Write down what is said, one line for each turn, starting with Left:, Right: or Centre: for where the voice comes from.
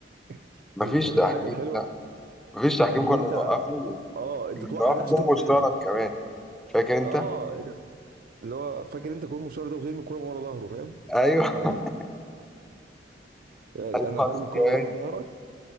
Centre: <laughs>
Right: <laughs>
Centre: مفيش
Right: ال- الحاجة
Centre: تحكيم
Right: الحلوة
Centre: لا مفيش تحكيم
Right: ان
Centre: كنا
Right: انت
Centre: بنوقفه
Right: اه انت
Centre: كنا
Right: توقع
Centre: بنوقفه
Right: نفسك
Centre: جون
Right: تاخد
Centre: مشترك
Right: بلن
Centre: كمان فاكر انت
Right: اه اللي هو فاكر انت جون مشوار ده وترمي الكوره من ورا ظهره فاهم
Centre: ايوه
Right: يعني
Centre: <laughs>
Right: انا
Centre: ايوه
Right: برمي
Centre: ذكريات
Right: الكوره من ورا ظهرك